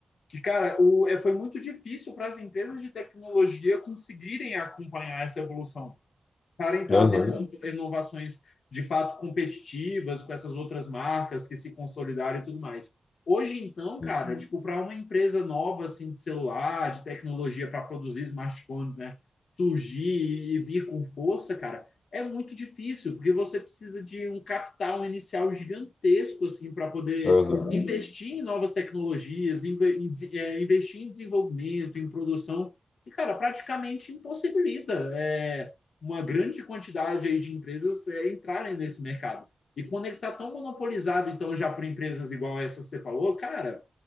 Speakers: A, on the left (about 80°); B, on the left (about 60°).
A: Que, cara, o, é, foi muito difícil para as empresas de tecnologia conseguirem acompanhar essa evolução estarem trazendo
B: Aham.
A: inovações de fato competitivas com essas outras marcas que se consolidaram e tudo mais. Hoje então,
B: Sim.
A: cara, tipo, para uma empresa nova assim de celular, de tecnologia para produzir smartphones, né, surgir e vir com força, cara, é muito difícil, porque você precisa de um capital inicial gigantesco assim para poder
B: Aham.
A: investir em novas tecnologias, inv investir em desenvolvimento, em produção, e cara, praticamente impossibilita é, uma grande quantidade aí de empresas é, entrarem nesse mercado. E quando ele está tão monopolizado, então, já por empresas igual essa que você falou, cara,